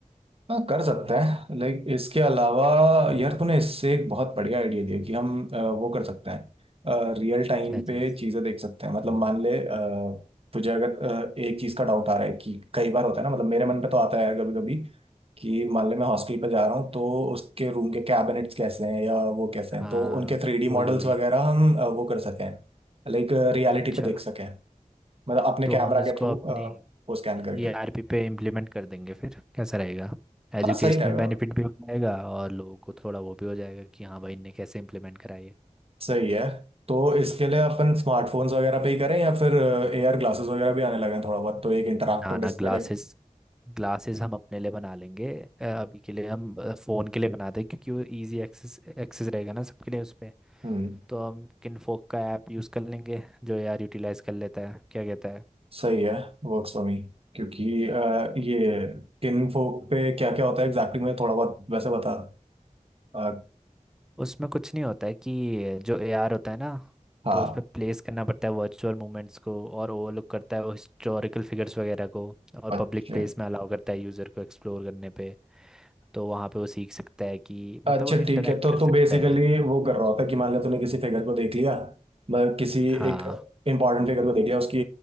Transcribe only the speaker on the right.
हाँ कर सकते हैं लाइक इसके अलावा यार तूने इससे एक बहुत बढ़िया आइडिया दिया कि हम अ, वो कर सकते हैं रियल टाइम
पे चीज़ें देख सकते हैं मतलब मान ले अ, तुझे अगर अ, एक चीज़ का डाउट आ रहा है कि कई बार होता है ना मतलब मेरे मन पे तो आता है कभी कभी कि मान ले मैं हॉस्टल पे जा रहा हूँ तो उसके रूम के कैबिनेट्स कैसे हैं या वो कैसे हैं
तो उनके थ्री डी
मॉडल्स
वगैरह हम अ, वो कर सकें लाइक रियलिटी
पे देख सकें मतलब अपने
कैमरा
के थ्रू
वो स्कैन
करके
हाँ सही रहेगा
सही है तो इसके लिए अपन स्मार्टफोन्स वगैरह पे ही करें या फिर एआर ग्लासेस वगैरह भी आने लगे हैं थोड़ा बहुत तो एक इंटरैक्टिव
डिस्प्ले
हम्म
सही है वर्क्स फॉर मी क्योंकि अ, ये किन फोक पे क्या क्या होता है एग्जैक्टली exactly मैं थोड़ा बहुत वैसे बता अ,
हाँ
अच्छा
अच्छा
ठीक है तो
तू
बेसिकली
वो कर रहा होता है कि मान लिया तूने किसी फिगर को देख लिया मतलब किसी
एक इंपॉर्टेंट फिगर को देख लिया उसकी